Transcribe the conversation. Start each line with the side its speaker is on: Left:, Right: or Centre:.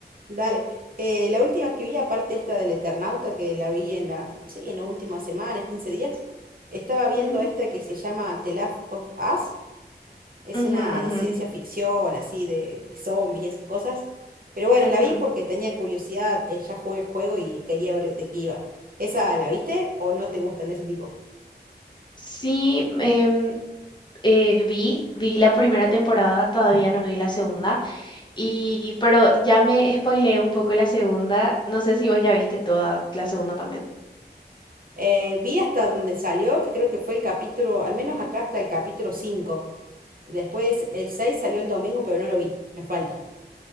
Right: Dale. Eh, la última que vi, aparte esta del Eternauta, que la vi en la, sí, en la última semana, 15 días, estaba viendo
Left: Ujú,
Right: esta que se llama The Last of Us. Es
Left: ujú,
Right: una
Left: ujú.
Right: de ciencia ficción, así, de, de zombies y esas cosas. Pero bueno,
Left: Ujú.
Right: la vi porque tenía curiosidad, eh, ya jugué el juego y quería ver de qué iba. ¿Esa la viste o no te gustan de ese tipo?
Left: Sí, em, eh, vi, vi la primera temporada, todavía no vi la segunda, y pero ya me spoileé un poco la segunda, no sé si vos ya viste toda la segunda también.
Right: Eh, vi hasta donde salió, que creo que fue el capítulo, al menos acá hasta el capítulo cinco Después el 6 salió el domingo, pero no lo vi, me falta.